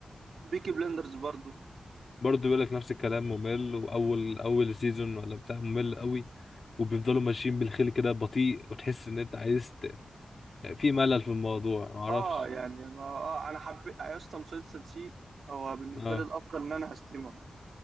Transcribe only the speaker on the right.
بيكي بلندرز برضو
اه يعني ما آه انا حبيت يا اسطى مسلسل سي هو بالنسبه
لي الافضل ان انا هستمعه